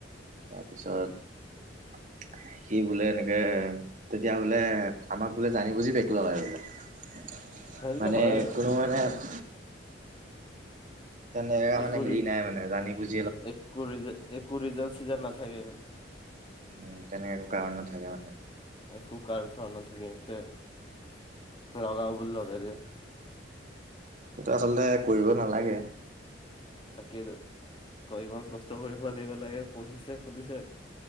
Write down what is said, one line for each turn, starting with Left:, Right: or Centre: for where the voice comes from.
Right: তাৰপিছত সি বোলে এনেকে তেতিয়া বোলে আমাঞ্জননশননননননশনননননশনননননননশনননশশননননশনশশনশনননননশনশননশনশনননননশননননন নন নন নন নন নন ননকনন নন নন শনশ্ননশক বোলে জানি বুজি দলগাই বোলেঞ্জ
Left: সেইটোতো
Right: মানে
Left: হয় আৰু
Right: কোনো মানে তেনেকা
Left: একো
Right: মানে হেৰি
Left: ৰি
Right: নাই মানে জানি বুজি
Left: একো ৰিজন একো ৰিজন চিজন নাথাকে
Right: উম তেনেকে একো কাৰণ নাথাকে মানে
Left: একো কাৰণ চাৰণ নাথাকে সিনতে লগাও বুলি লগাই দিয়ে।
Right: এইটো আচলতে কৰিব নালাগে
Left: তাকেইতো আকৌ ইমান কষ্ট কৰিব লাগিব লাগে পঢ়িছে সুধিছে।